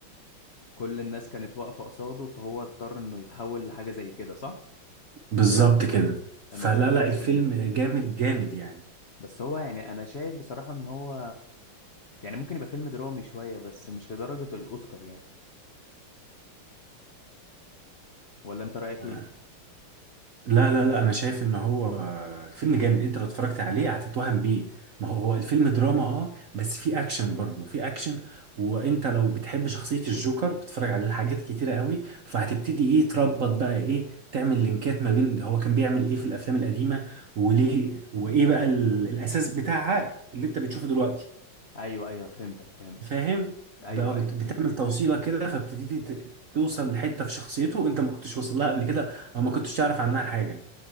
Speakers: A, on the left (about 55°); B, on the right (about 55°).
A: كل الناس كانت واقفة قصاده فهو اضطر انه يتحول لحاجة زي كده صح
B: بالظبط كده
A: تمام
B: فلا
A: انا كده
B: لا الفيلم
A: فهمتك
B: جامد جامد يعني
A: بس هو يعني انا شايف بصراحة ان هو يعني ممكن يبقى فيلم درامي شوية بس مش لدرجة الاوسكار يعني ولا انت رأيك
B: آه،
A: ايه
B: لا لا لا انا شايف ان هو آه، فيلم جامد انت لو اتفرجت عليه هتتوهم بيه ما هو هو الفيلم دراما اه بس في اكشن برضه في اكشن وانت لو بتحب شخصية الجوكر بتتفرج عليه حاجات كتيرة قوي فهتبتدي ايه تربط بقى ايه تعمل لينكات ما بين هو كان بيعمل ايه في الافلام القديمة وليه وايه بقى ال- الاساس بتاعها اللي انت بتشوفه دلوقتي
A: ايوه ايوه فهمتك فهمتك
B: فاهم
A: ايوه
B: بقى
A: ايوه
B: بت-
A: فهمتك
B: بتعمل توصيله كده فابتديتي ت- توصل لحته في شخصيته انت ما كنتش واصل لها قبل كده او ما كنتش تعرف عنها حاجه